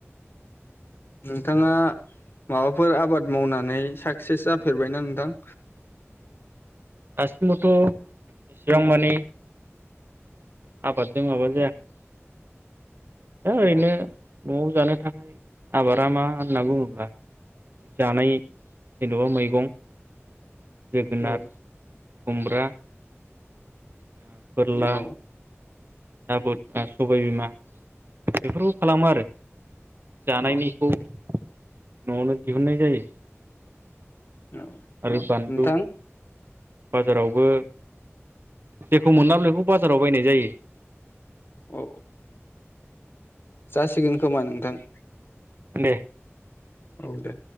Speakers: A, on the left; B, on the right.
A: नोंथाङा माबाफोर आबाद मावनानै साक्सेस जाफेरबायना नोंथां?
B: दासिमबोथ' इसिबां मानि आबादजों माबा जायाखै। दा ओरैनो
A: औ
B: न'आव जानो थांनि आबादा मा होनना बुङोब्ला? जानाय जेन'बा मैगं जोगोनार
A: औ
B: खुमब्रा आ फोरला
A: औ
B: दाबुद ओ सबाय बिमा बेफोरखौ खालामो आरो। जानायनिखौ
A: औ
B: नआवनो दिहुन्नाय जायो।
A: औ
B: आरो बान्लु
A: नोंथां
B: बाजारावबो जेखौ मोनला बेखौ बाजाराव बायनाय जायो।
A: औ जासिगोन खोमा नोंथां।
B: दे
A: औ दे।